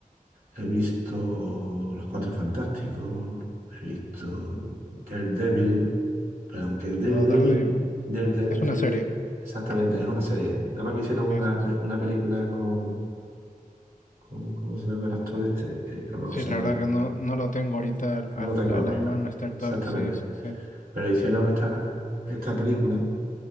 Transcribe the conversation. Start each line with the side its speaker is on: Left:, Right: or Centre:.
Right: He visto Los Cuatro Fantásticos, he visto Daredevil, pero aunque Daredevil,
Left: no, Daredevil.
Right: Darede-
Left: Es una
Right: Darede-
Left: serie.
Right: exactamente, es una serie. Nada más que hicieron una,
Left: Sí, sí, sí.
Right: pe- una película con, con, ¿cómo se llama el actor este? Eh, que lo vamos
Left: Sí, la
Right: a hablar.
Left: verdad que no, no lo tengo ahorita al,
Right: No
Left: al-
Right: lo tengo
Left: a
Right: ahora,
Left: la mano
Right: pero-
Left: este actor.
Right: exactamente.
Left: Sí, sí, sí.
Right: Pero hicieron esta, esta película